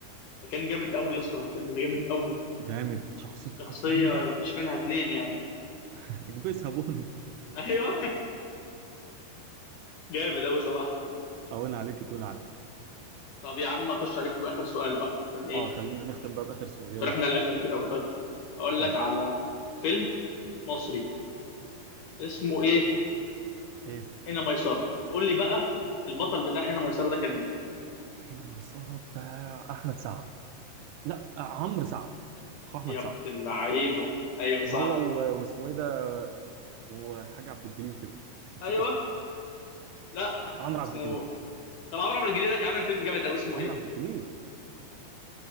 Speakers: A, on the left; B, on the right.
A: ده كان جامد قوي يا اسطى في الفيلم ده جامد قوي
B: جامد شخصيته
A: شخصيه
B: كانت جامدة
A: ما فيش منها اتنين يعني
B: <laughs> اكبسها بن
A: ايوه <laughs> جامد قوي صراحه
B: أهون عليك تقول عليا
A: طب يا عم اخش عليك باخر سؤال بقى عشان ايه
B: اه خلينا نختم بقى بآخر سؤال
A: عشان
B: يلا
A: احنا
B: بينا
A: لعبنا كتير قوي اقول
B: ماشي
A: لك على فيلم مصري اسمه ايه
B: ايه
A: هنا ميسرة قول لي بقى البطل بتاع هنا ميسرة ده كان مين
B: حين ميسرة بتاع أحمد سعد لا آه، عمرو سعد أخو أحمد
A: يا
B: سعد
A: ابن اللعيبة ايوه صح
B: هو و- واسمه ايه ده وحاجة عبد الجليل كده نسيت
A: ايوه
B: اسمه
A: لا
B: عمرو
A: اسمه
B: عبد الجليل
A: طب عمرو عبد الجليل ده كان عامل فيلم جامد قوي اسمه
B: عمرو
A: ايه
B: عبد الجليل